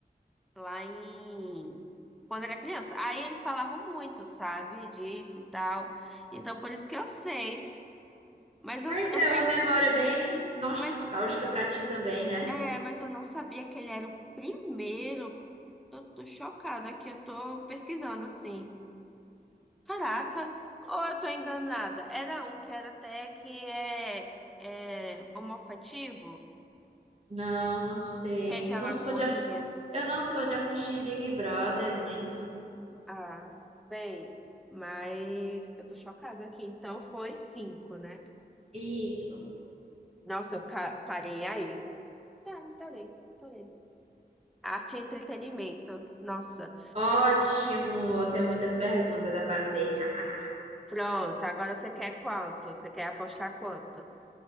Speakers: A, in the centre; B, on the right.
A: Lá em... Quando era criança. Aí eles falavam muito, sabe? Disso e tal. Então, por isso que eu sei. Mas eu,
B: Ah, então
A: eu
B: é
A: pensei...
B: uma memória bem nostálgica
A: Mas,
B: pra ti também, né?
A: é, mas eu não sabia que ele era o primeiro Eu tô chocada que eu tô pesquisando assim. Caraca, ou eu tô enganada? Era um que era até que é, é homoafetivo,
B: Não, não sei.
A: que é de Alagoinhas.
B: Eu não sou de, ass- eu não sou de assistir Big Brother muito.
A: Ah, bem, mas eu tô chocada aqui. Então foi cinco, né?
B: Isso.
A: Nossa, eu ca- parei aí. Tá, parei, parei. Arte e entretenimento. Nossa.
B: Ótimo. Eu Tenho muitas perguntas a fazer. <laughs>
A: Pronto, agora você quer quanto? Você quer apostar quanto?